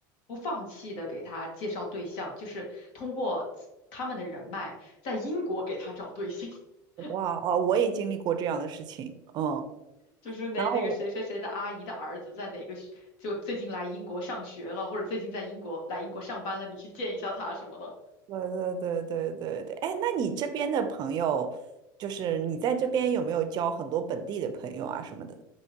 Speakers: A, on the left; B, on the right.
A: 不放弃的给他介绍对象，就是通过自他们的人脉在英国给他找对象，<laughs>
B: 哇哦，我也经历过这样的事情。嗯。
A: 就是那那个谁谁谁的阿姨的儿子在哪个学就最近来英国上学了，
B: 然后
A: 或者最近在英国来英国上班了，你去见一下他什么的。
B: 对对对对对对，哎，那你这边的朋友，就是你在这边有没有交很多本地的朋友啊什么的？